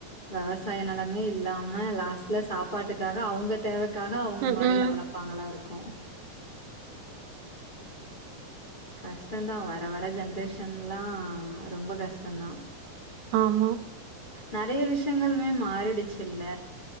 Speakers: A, on the left; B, on the right.
A: வெவசாய நெலமே இல்லாம லாஸ்ட்ல சாப்பாட்டுக்காக அவுங்க தேவ க்காக அவுங்க
B: ம்
A: மாடில
B: ம்
A: வளப்பாங்களாருக்கு கஷ்டந்தா வர வர ஜென்ரேஷன்லா ரொம்ப கஷ்டந்தா
B: ஆமா
A: நறைய விஷ்யங்களுமே மாறிடுச்சுல்ல